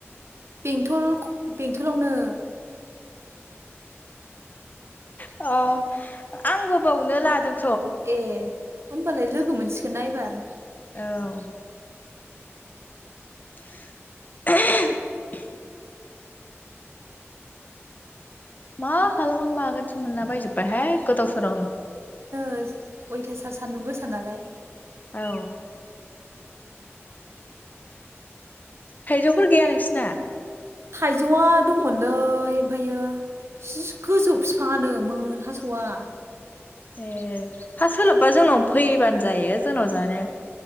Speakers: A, on the right; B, on the left.
A: बेंथल क- बेंथलावनो
B: अ आंबो बावनो लादों।
A: ए। होमबालाय लोगो मोनसिगोना एबार।
B: औ। <inaudible> मा खालामगोन मागोनसो मोनाला बायजोब बायहाय गोदाव सोरावनो
A: बास <unintelligible> अयथासार सान्दुं गोसा नालाय।
B: औ थाइजौफोर गैया नोंसिना?
A: थाइजौआ दंमोनलै ओमफायो जि गोजौ बिफाङानो मोन हासया
B: ए हा सोलाबबा जोंनाव फैबानो जायो जोंनाव जानो।